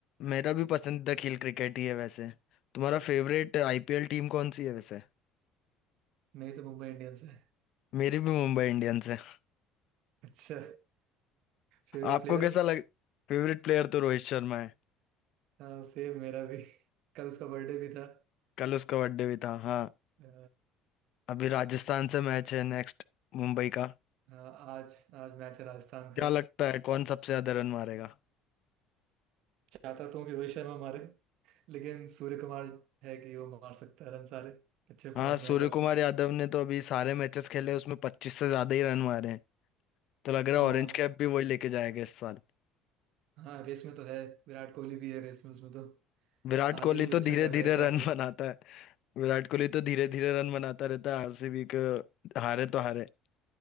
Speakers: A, on the left; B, on the right.
A: मेरा भी पसंदीदा खेल क्रिकेट ही है वैसे तुम्हारा फेवरेट आईपीएल टीम कौन सी है वैसे
B: मेरी तो मुंबई इंडियंस है <laughs>
A: मेरी भी मुंबई इंडियंस है
B: अच्छा Favourite
A: आपको
B: player
A: कैसा लग फेवरेट प्लेयर तो रोहित शर्मा है
B: हाँ सेम मेरा भी कल उसका बर्थडे भी था
A: कल उसका बर्थडे भी था हाँ
B: अ,
A: अभी राजस्थान से मैच है नेक्स्ट मुंबई का
B: हाँ आज आज मैच है राजस्थान
A: क्या
B: से
A: लगता है कौन सबसे ज्यादा रन मारेगा
B: चाहता तो हूँ कि रोहित शर्मा मारे लेकिन सूर्य कुमार है कि वो मार सकता है रन सारे अच्छे
A: हाँ
B: फॉर्म
A: सूर्य
B: में है काफी
A: कुमार यादव ने तो अभी सारे मैचेस खेले उसमें पच्चीस से ज्यादा ही रन मारे हैं तो लग रहा
B: हाँ
A: है ऑरेंज कैप भी वही लेके जाएगा इस साल
B: हाँ रेस में तो है विराट कोहली भी है रेस में उसमें तो
A: विराट
B: आरसीबी
A: कोहली
B: भी
A: तो
B: अच्छा
A: धीरे
B: कर
A: धीरे
B: रहे हैं
A: रन
B: काफी
A: बनाता है विराट कोहली तो धीरे धीरे रन बनाता रहता है आरसीबी को हारे तो हारे